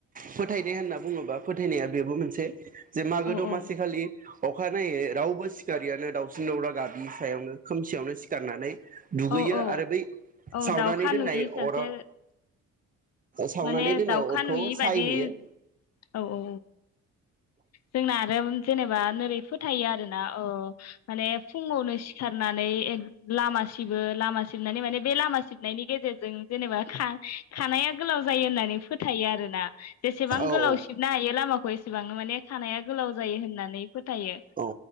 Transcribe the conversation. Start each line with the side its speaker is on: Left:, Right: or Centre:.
Right: फोथायदे होनना बुङोबा फोथायनाया बेबो मोनसे जे मागो
Left: औ
Right: दमासि
Left: औ
Right: खालि अखानायै रावबो सिखारियानो दाउसिन दावला गाबि सायावनो खोमसियावनो सिखारनानै दुगैयो
Left: औ औ
Right: आरो बै
Left: औ
Right: सावनानै
Left: दाउखा
Right: दोननाय
Left: नुयि सासे
Right: अराव सावनानै
Left: माने
Right: दोननाय
Left: दावखा
Right: अरखौ
Left: नुयि
Right: सायहैयो
Left: बादि औ औ औ जोंना आरो जेनेबा नोरै फोथायो आरोना अ माने फुङावनो सिखारना नै लामा सिबो लामा सिबनानै माने बे लामा सिबनायनि गेजेरजों जेनेबा खा खानाया गोलाव जायो होननानै फोथायो आरोना जेसेबां
Right: औ
Left: गोलाव
Right: औ
Left: सिबनो हायो लामाखौ <unintelligible> गोबांनो माने खानाया गोलाव जायो होननानै फोथायो
Right: औ